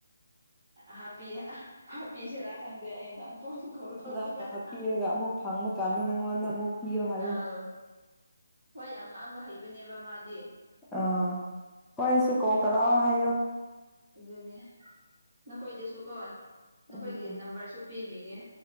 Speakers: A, on the right; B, in the centre.
A: ꯑ ꯍꯥꯄꯤ ꯑ ꯍꯥꯄꯤꯁꯤꯔꯥ ꯈꯪꯗꯦ ꯑꯩꯅ ꯐꯣꯟ ꯀꯣꯜ ꯇꯧꯅꯤꯡꯉꯥꯏ
B: ꯅꯪꯅ ꯍꯥꯞꯄꯤꯔꯒ ꯑꯃꯨꯛ ꯐꯪꯕ ꯀꯥꯟꯗ ꯅꯪꯉꯣꯟꯗ ꯑꯃꯨꯛ ꯄꯤꯌꯣ ꯍꯥꯏꯌꯣ
A: ꯑꯥꯎ ꯋꯥ ꯌꯥꯝ ꯉꯥꯡꯕ ꯍꯩꯕꯅꯦꯕ ꯃꯥꯗꯤ
B: ꯑ ꯑꯈꯣꯏꯁꯨ ꯀꯣꯜ ꯇꯧꯔꯛꯑꯣ ꯍꯥꯏꯌꯣ
A: ꯑꯗꯨꯅꯦ ꯅꯈꯣꯏꯗꯁꯨꯀꯣ ꯅꯈꯣꯏꯒꯤ
B: ꯎꯝ
A: ꯅꯝꯕꯔꯁꯨ ꯄꯤꯕꯤꯒꯦ